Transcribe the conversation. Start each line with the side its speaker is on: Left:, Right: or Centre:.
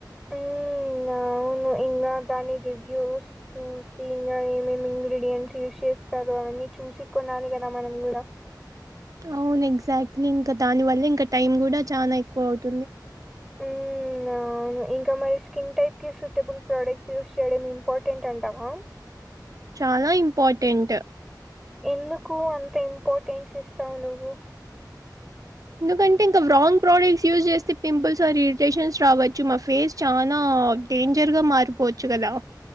Centre: హ్మ్. అవును. ఇంగా దాని రివ్యూస్ చూసి ఇంగా ఏమేమ్ ఇంగ్రీడియంట్స్ యూస్ చేస్తరు అవన్ని చూసి కొనాలి కదా మనం కూడా
Right: అవును ఎగ్జాక్ట్లీ ఇంక దాని వల్ల ఇంకా టైమ్ కూడా చానా ఎక్కువవుతుంది
Centre: హ్మ్. అవును ఇంక మరి స్కిన్ టైప్ కి సూటబుల్ ప్రోడక్ట్స్ యూస్ చేయడం ఇంపార్టెంట్ అంటావా
Right: చాలా ఇంపార్టెంట్
Centre: ఎందుకు అంత ఇంపార్టెన్స్ ఇస్తావు నువ్వు
Right: దుకంటే ఇంకా వ్రాన్గ్ ప్రోడక్ట్స్ యూజ్ చేస్తే పింపుల్స్ ఆర్ ఇరిటేషన్స్ రావచ్చు మా ఫేస్ చానా ఆ డేంజర్ గా మారిపోవచ్చు గదా